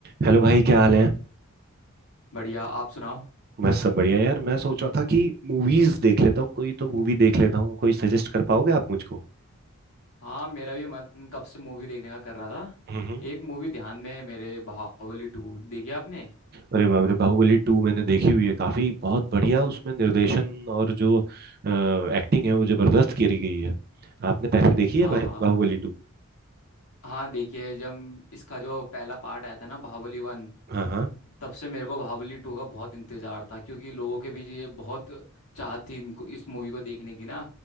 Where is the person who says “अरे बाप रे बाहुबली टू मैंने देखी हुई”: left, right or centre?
Right